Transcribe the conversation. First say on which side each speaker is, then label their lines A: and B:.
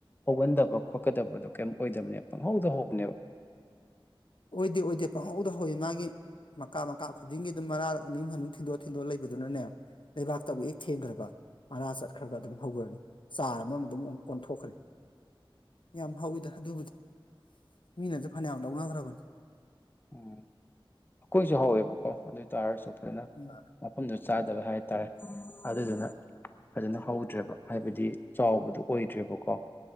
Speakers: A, on the left; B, on the left.
A: ꯍꯧꯒꯟꯗꯕ ꯈꯣꯠꯀꯗꯕꯗꯣ ꯀꯩꯝ ꯑꯣꯏꯗꯕꯅꯦ ꯄꯪꯍꯧꯗꯣ ꯍꯧꯕꯅꯦꯕ꯫
B: ꯑꯣꯏꯗꯦ ꯑꯣꯏꯗꯦ ꯄꯪꯍꯧꯗ ꯍꯧꯋꯤ ꯃꯥꯒꯤ꯫ ꯃꯀꯥ ꯃꯀꯥ ꯈꯨꯗꯤꯡꯒꯤ ꯑꯗꯨꯝ ꯃꯔꯥ ꯑꯅꯤ ꯑꯍꯨꯝ ꯑꯅꯤꯍꯨꯝ ꯊꯤꯟꯗꯣꯛ ꯊꯤꯟꯗꯣꯛꯑ ꯂꯩꯕꯗꯨꯅꯅꯦ꯫ ꯂꯩꯕꯥꯛꯇꯕꯨ ꯍꯦꯛ ꯊꯦꯡꯒꯔ꯭ꯕ꯫ ꯃꯔꯥ ꯆꯠꯈ꯭ꯔꯒ ꯑꯗꯨꯝ ꯍꯧꯒꯔ꯭ꯅꯤ ꯆꯥꯔ ꯑꯃꯃꯝ ꯑꯗꯨꯝ ꯑꯣꯟꯊꯣꯛꯈ꯭ꯔꯦ꯫ ꯌꯥꯝ ꯍꯧꯋꯤꯗ ꯑꯗꯨꯕꯨꯗꯤ ꯃꯤꯅꯖꯨ ꯐꯅꯌꯥꯝ ꯂꯧꯅꯈ꯭ꯔꯕꯅꯤ꯫
A: ꯑꯣ ꯑꯩꯈꯣꯏꯖꯨ ꯍꯧꯋꯦꯕꯀꯣ ꯑꯗꯨ ꯑꯣꯏꯇꯥꯔꯁꯨ ꯐꯖꯅ
B: ꯎ <unintelligible>
A: ꯃꯐꯝꯗꯨ ꯆꯥꯗꯕ ꯍꯥꯏꯇꯥꯔꯦ ꯑꯗꯨꯗꯨꯅ ꯐꯖꯅ ꯍꯧꯗ꯭ꯔꯦꯕ ꯍꯥꯏꯕꯗꯤ ꯆꯥꯎꯕꯗꯨ ꯑꯣꯏꯗ꯭ꯔꯦꯕꯀꯣ